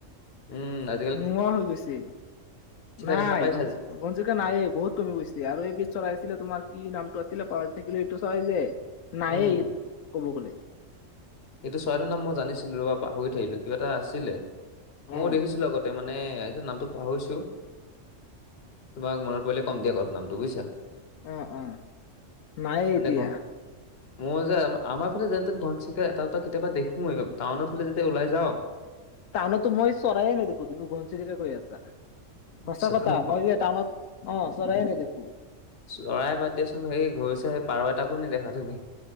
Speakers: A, on the left; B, on the left.
A: উম, আ
B: নোহোৱা হৈ গৈছে, নাই
A: দেখা পাইছা
B: <unintelligible> ঘনচিৰিকা নাইয়ে বহুত কমি গৈছে আৰু এবিধ চৰাই আছিলে তোমাৰ কি, নামটো আছিলে পাহৰি থাকিলোঁ এইটো চৰাই যে নাইয়ে,
A: উম
B: ক'ব গ'লে।
A: এইটো চৰাইটোৰ নাম মই জানিছিলো ৰ'বা পাহৰি থাকিলো, কিবা এটা আছিলে। মইয়ো
B: অ
A: দেখিছিলো আগতে মানে, এ এতিয়া নামটো পাহৰিছোঁ। তোমাক মনত পৰিলে কম দিয়া <unintelligible> নামটো বুজিছা,
B: অ অ নায়েই
A: মানে
B: এতিয়া
A: ঘৰ। মই যে, আমা আমাৰ ফালে যেনতেন ঘনচিৰিকা এটা <unintelligible> কেতিয়াবা দেখোৱেই টাউনৰ ফালে যেতিয়া ওলাই যাও।
B: টাউনততো মই চৰাইয়ে নেদেখো, তুমি ঘনচিৰিকা কৈ আছা? সঁচা
A: চ
B: কথা মই যে টাউনত, অ, চৰাইয়ে নেদেখো।
A: চৰাই বাদ দিয়াচোন সেই ঘৰচিৰি সেই পাৰ এটাও নেদেখা তুমি।